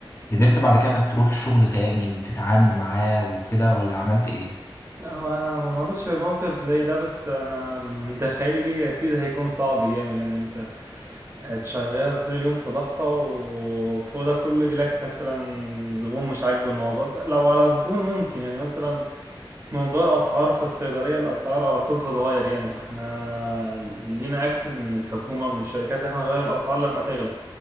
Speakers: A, on the left; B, on the right.
A: قدرت بعد كده انك تروح الشغل تاني وتتعامل معاه وكده ولا عملت ايه
B: لا هو أنا ما مرتش في موقف زي ده بس أنا من تخيلي ليه أكيد هيكون صعب جامد يعني اللي أنت شغال طول اليوم في ضغطة وفوق ده كله يجيلك مثلا زبون مش عاجبه الموضوع س- لو على زبون ممكن يعني مثلا في موضوع الاسعار في الصيدليه الاسعار على طول بتتغير يعني فاحنا لينا اكسس من الحكومه من الشركات ان احنا نغير الاسعار لما تغلى